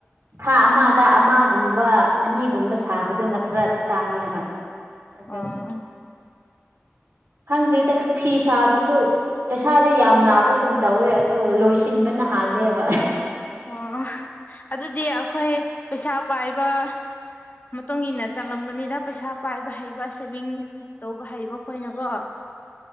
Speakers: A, on the right; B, on the left.
A: ꯊꯥ ꯑꯃꯗ ꯑꯃꯒꯨꯝꯕ ꯑꯅꯤꯒꯨꯝꯕ ꯁꯥꯕ꯫ ꯑꯗꯨꯅ ꯈꯔ ꯇꯥꯡꯉꯦꯕ꯫ ꯑꯗꯨ
B: ꯑꯥ꯫
A: ꯈꯪꯗꯦꯗ ꯐꯤ ꯁꯥꯕꯁꯨ꯫ ꯄꯩꯁꯥꯗꯤ ꯌꯥꯝ ꯂꯥꯞꯄꯒꯨꯝ ꯇꯧꯋꯦ ꯑꯗꯨ ꯂꯣꯏꯁꯤꯟꯕꯅ ꯍꯥꯜꯂꯦꯕ꯫
B: ꯑꯣ ꯑꯗꯨꯗꯤ ꯑꯈꯣꯏ ꯄꯩꯁꯥ ꯄꯥꯏꯕ꯫ ꯃꯇꯨꯡ ꯏꯟꯅ ꯆꯜꯂꯝꯒꯅꯤꯗ ꯄꯩꯁꯥ ꯄꯥꯏꯕ ꯍꯩꯕ ꯁꯦꯚꯤꯡ꯫ ꯇꯧꯕ ꯍꯩꯕ ꯈꯣꯏꯅꯀꯣ꯫